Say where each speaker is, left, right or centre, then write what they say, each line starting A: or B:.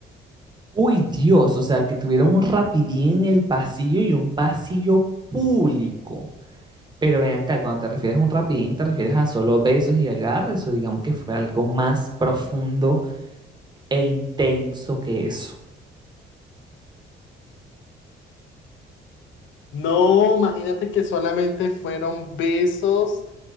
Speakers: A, on the right (about 20°); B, on the left (about 70°).
A: Uy, Dios, o sea, que tuvieron un rapidín en el pasillo y un pasillo público. Pero ven acá, cuando te refieres a un rapidín, te refieres a solo besos y agarres, o digamos que fue algo más profundo e intenso que eso.
B: No, imagínate que solamente fueron besos,